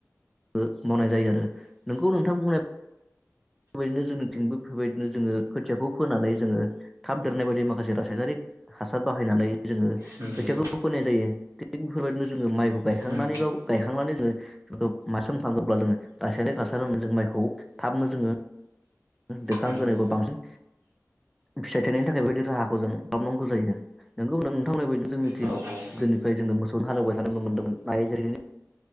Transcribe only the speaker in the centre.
ओ मावनाय जायो आरो नोंखौ नोंथां बुंनाय बेफोरबायदिनो जोंनिथिंबो बेफोरबायदिनो जोङो खोथियाखौ फोनानै जोङो थाब देरनाय बायदि माखासे रासायनारिक हासार बाहायनानै जोङो
खोथियाखौ फोनाय जायो थिग बेफोरबायदिनो जोङो माइखौ गायखांनानै
बा गायखांनानै जोङो मासेम थांखो अब्ला जोङो रासायनारिक हासार होनानै जों माइखौ थाबनो जोङो दोखां
ग्रोनो बा बांसिन फिथाइ थायनायनि थाखाय बेायदि राहाखौ जों खालामनांगौ जायो नोंगौ नोंथांमोननि बायदिनो जोंनिथिं
दिनैफ्राय जोङो मोसौ हालेवबाय थानांगौमोन मोनदोंमोन दायो जेरै जोंनो